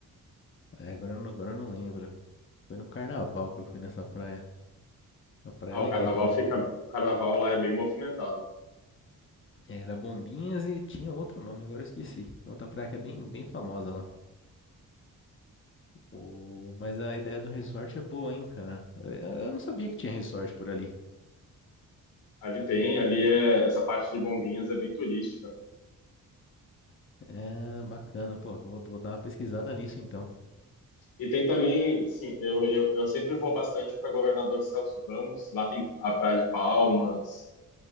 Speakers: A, on the left; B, on the left.
A: É, agora, eu não- agora eu não lembro. Foi no carnaval que eu fui nessa praia. A praia
B: Ah,
A: é legal
B: o carnaval
A: também.
B: fica, o carnaval lá é bem movimentado.
A: Era Bombinhas e tinha outro nome, agora eu esqueci. Outra praia que é bem, bem famosa lá. O... Mas a ideia do resort é boa, hein, cara? Eu, eu não sabia que tinha resort por ali.
B: Ali tem, ali é, essa parte de bombinhas é bem turística.
A: É, bacana, pô. Vou, vou dar uma pesquisada nisso então.
B: E tem também, sim, eu, eu, eu sempre vou bastante para Governador Celso Ramos. Lá tem a Praia de Palmas,